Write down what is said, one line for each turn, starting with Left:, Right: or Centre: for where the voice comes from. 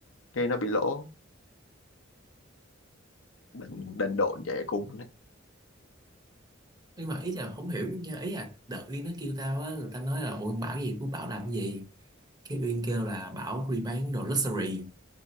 Left: cái nó bị lỗ đần đần độn vậy cùng đấy
Right: nhưng mà ý là không hiểu nha ý là đợt Uyên nó kêu tao á người ta nói là ủa Bảo gì của Bảo làm cái gì cái Uyên kêu là Bảo đi bán đồ luxury